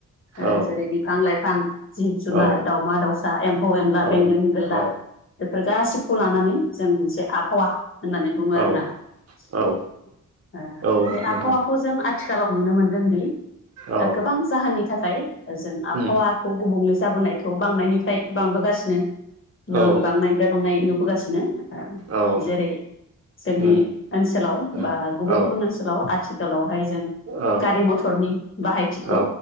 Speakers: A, on the left; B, on the right.
A: ओ
B: औ
A: जेरै बिफां लाइफां जिब जुनार
B: औ
A: दाउमा दाउसा एम्फौ एनला
B: औ
A: बेंगोन गोलला
B: औ
A: बेफोर गासिबखौ लानानै जों मोनसे आबहावा होननानै बुङो
B: औ
A: आरो ना आ
B: औ औ
A: बे
B: नोंथां
A: आबहावाखौ जों आथिखाआव नुनो मोनदों दि
B: औ
A: गोबां जाहोननि थाखाय जों
B: उम
A: आबहावाखौ गुबुंले जाबोनायखौ बांनायनिफ्राय बांबोगासिनो
B: औ
A: ओ बांनायनिफ्राय बांनाय नुबोगासिनो
B: औ औ
A: जेरै जोंनि
B: उम
A: ओनसोलाव
B: औ
A: बा गुबुन
B: औ
A: गुबुन ओनसोलाव आथिखालावहाय जों
B: औ
A: गारि मथरनि बाहायथिखौ
B: औ